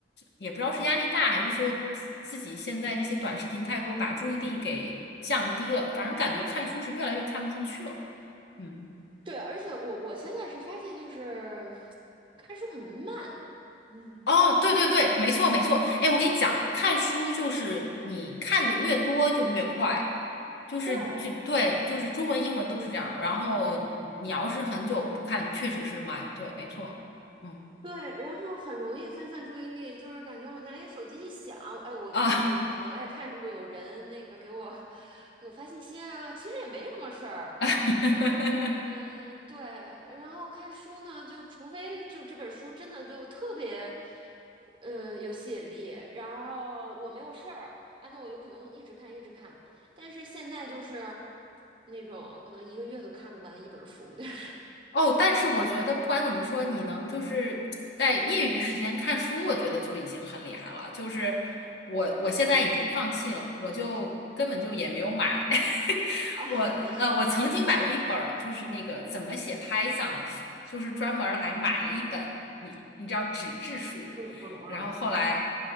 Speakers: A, on the left; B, on the right.
A: 也不知道是压力大，还是说自自己现在这些短视频太多，把注意力给降低了。反正感觉看书是越来越看不进去了。嗯，
B: 对，而且我我现在是发现就是看书很慢，嗯，
A: 哦，对对对，没错没错。哎，我跟你讲，看书就是你看的越多就越快，就是就对，
B: 对，
A: 就是中文英文都是这样。然后你你要是很久不看，确实是慢。对，没错。嗯
B: 对，然后很容易分散注意力，就是感觉好像哎，手机一响，哎，我就我我就可能爱看是不是有人那个给我
A: 啊。
B: 给我发信息啊，其实也没什么事儿，
A: <laughs>
B: 嗯，对。然后看书呢，就除非就这本书真的就特别，嗯，有吸引力，然后我没有事儿啊，那我有可能一直看一直看。但是现在就是那种可能一个月都看不完一本书，就是
A: 哦，但是我觉得不管怎么说，你能就是在业余时间看书，我觉得就已经很厉害了。就是我我现在已经放弃了，我就根本就也没有买。<laughs>
B: <laughs> 啊，
A: 我呃，我曾经买过一本儿，就是那个怎么写 Python 的书，就是专门儿还买了一本，你你知道纸质书，
B: 嗯嗯嗯。
A: 然后后来